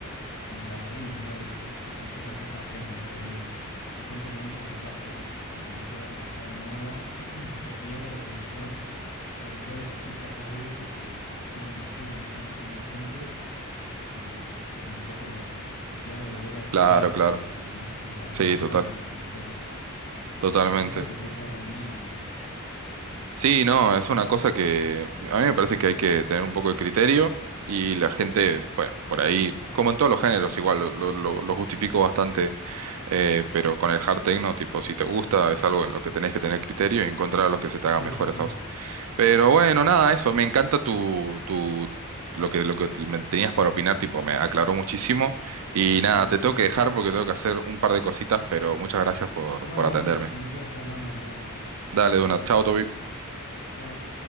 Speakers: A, on the left (about 60°); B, on the right (about 70°).
A: como la raíz, ¿no? De, en este caso Jartec, ¿no? Pero digo, la gente que entra capaz por, por conocer a lo que está de moda, <clears throat> se pierde de conocer productores o artistas más viejos que o siguen en la escena o no están tan presentes. Y es como un poco lo, se pierde de ver al
B: claro,
A: pionero
B: claro.
A: en esto, ¿me entendés? Que me parece
B: Sí,
A: importante
B: total,
A: para la historia.
B: totalmente.
A: Más que todo si te gusta realmente o no.
B: Sí, no, es una cosa que a mí me parece que hay que tener un poco de criterio y la gente, pues, por ahí, como en todos los géneros, igual lo, lo- lo- lo justifico bastante, eh, pero con el hard techno, tipo, si te gusta, es algo en lo que tenés que tener criterio y encontrar a los que se te
A: Sí,
B: hagan mejores
A: sí, sí.
B: a vos. Pero bueno, nada, eso. Me encanta tu, tu, lo que, lo que me tenías para opinar, tipo, me aclaró muchísimo. Y nada,
A: Bien.
B: te tengo que dejar porque tengo que hacer un par de cositas, pero muchas gracias por,
A: Bueno,
B: por atenderme.
A: dale, cuando quieras charlamos de vuelta.
B: Dale, Dona, chao, Toby.
A: Chao.